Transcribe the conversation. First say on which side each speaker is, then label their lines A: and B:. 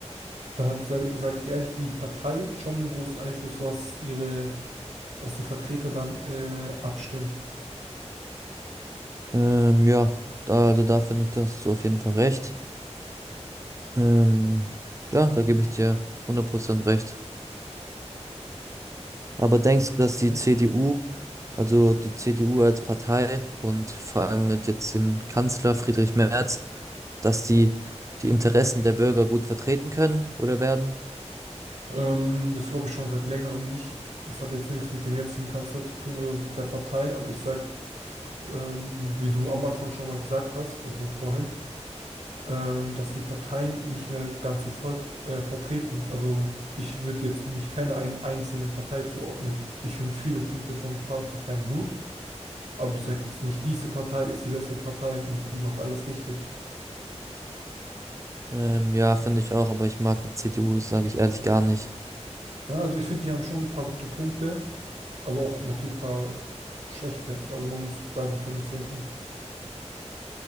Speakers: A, on the right; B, on the right.
A: da hat, sage sag sag ich ehrlich, die Partei schon einen großen Einfluss, was ihre, was die Vertreter dann äh, abstimmen.
B: Ähm, ja, da, also da finde ich, da hast du auf jeden Fall recht. Ähm, ja, da gebe ich dir hundert Prozent recht. Aber denkst du, dass die
A: Ja.
B: CDU, also die CDU als Partei und vor allem mit jetzt dem Kanzler Friedrich Merz, dass die die Interessen der Bürger gut vertreten können oder werden?
A: Ähm, das glaube ich schon seit längerem nicht. Das hat jetzt nichts mit dem jetzigen Kanzler zu tun oder mit der Partei, aber ich sag, ähm, wie du am Anfang schon mal gesagt hast, also vorhin, ähm, dass die Parteien nicht mehr ganzes Volk äh, vertreten. Also ich würde jetzt mich keiner einen einzelnen Partei zuordnen. Ich finde viele Punkte von ein paar Parteien gut, aber ich sage jetzt nicht, diese Partei ist die beste Partei und die macht alles richtig.
B: Ähm, ja, finde ich auch, aber ich mag die CDU, sage ich ehrlich, gar nicht.
A: Ja, also ich finde, die haben schon ein paar gute Punkte. aber auch natürlich ein paar schlechte. Also man muss da differenzieren können.